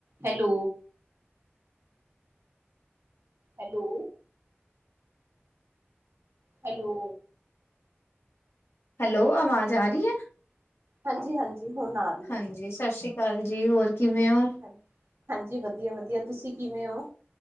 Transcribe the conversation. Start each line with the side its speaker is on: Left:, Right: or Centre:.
Right: Hello. Hello. Hello.
Left: Hello ਅਵਾਜ਼ ਆ ਰਹੀ ਹੈ।
Right: ਹਾਂਜੀ ਹਾਂਜੀ ਹੁਣ ਆ ਰਹੀ
Left: ਹਾਂਜੀ ਸਤਿ ਸ੍ਰੀ ਅਕਾਲ ਜੀ ਹੋਰ ਕਿਵੇਂ ਓ।
Right: ਹੈਗੀ ਹਾਂਜੀ ਵਧੀਆ ਵਧੀਆ ਤੁਸੀਂ ਕਿਵੇਂ ਹੋ